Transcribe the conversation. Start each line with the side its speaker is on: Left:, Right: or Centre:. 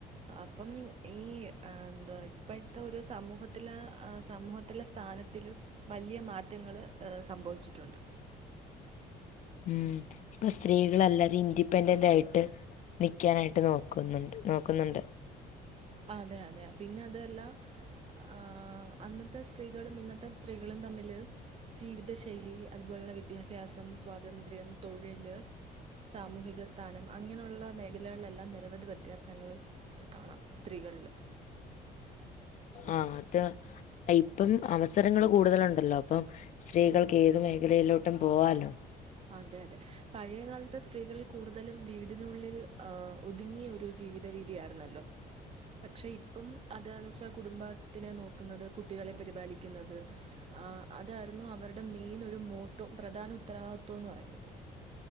Right: അപ്പം ഈ എന്താ ഇപ്പോഴത്തെ ഒരു സമൂഹത്തിലെ അ സമൂഹത്തിലെ സ്ഥാനത്തില് വലിയ മാറ്റങ്ങള് അ സംഭവിച്ചിട്ടുണ്ട്.
Left: ഉം ഇപ്പൊ സ്ത്രീകളെല്ലാരും ഇൻഡിപെൻഡന്റ് ആയിട്ട് നിക്കാനായിട്ട് നോക്കുന്നുണ്ട് നോക്കുന്നുണ്ട്.
Right: അതെ അതെ പിന്നെ അതുവല്ല ആ അന്നത്തെ സ്ത്രീകളും ഇന്നത്തെ സ്ത്രീകളും തമ്മില് ജീവിത ശൈലി അതുപോലെ തന്നെ വിദ്യാഭ്യാസം സ്വാതന്ത്ര്യം തൊഴില് സാമൂഹിക സ്ഥാനം അങ്ങനെയുള്ള മേഖലകളിലെല്ലാം നിരവധി വ്യത്യാസങ്ങൾ കാണാം സ്ത്രീകളില്
Left: ആ അത് ഇപ്പം അവസരങ്ങൾ കൂടുതലുണ്ടല്ലോ അപ്പം സ്ത്രീകൾക്ക് ഏത് മേഖലയിലോട്ടും പോവാലോ
Right: അതെ അതെ പഴയകാലത്തെ സ്ത്രീകൾ കൂടുതലും വീടിനുള്ളിൽ ആ. ഒതുങ്ങിയ ഒരു ജീവിതം രീതി ആയിരുന്നല്ലോ പക്ഷെ ഇപ്പം അതാന്ന് വെച്ചാൽ കുടുംബ ത്തിെ നോക്കുന്നത് കുട്ടികളെ പരിപാലിക്കുന്നത് അതായിരുന്നു അവരുടെ മെയിൻ മോട്ടോ പ്രധാന ഉത്തരവാദി ന്ന് പറയുന്നത്